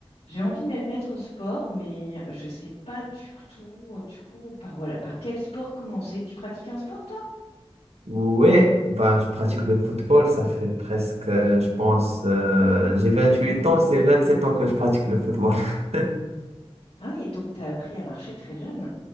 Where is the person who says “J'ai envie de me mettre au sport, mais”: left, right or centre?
Left